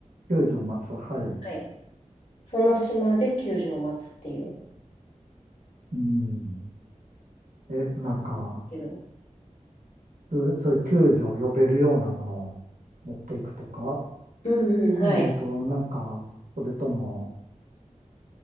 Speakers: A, on the right; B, on the left.
A: 救助を待つ。はい。
B: はい。その島で救助を待つっていう。
A: うん。え、なんか、
B: けど、
A: そうそういう救助を呼べるようなものを持っていくとか、
B: うんうん、はい。
A: えっと、なんか、それとも、